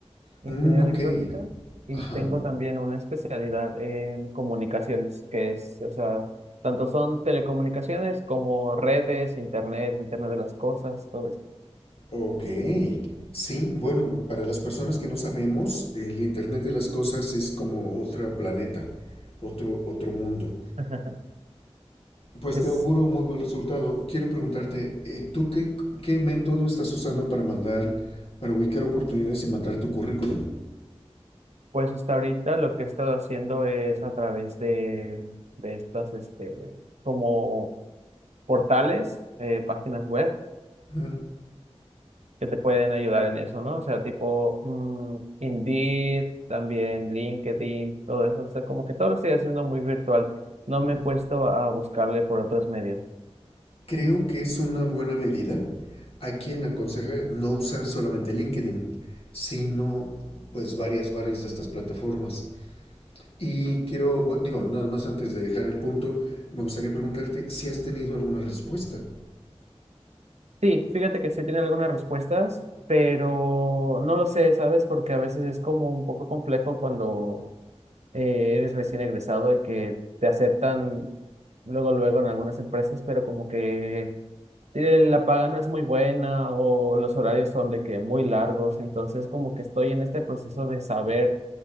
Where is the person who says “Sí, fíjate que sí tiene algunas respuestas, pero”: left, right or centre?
Right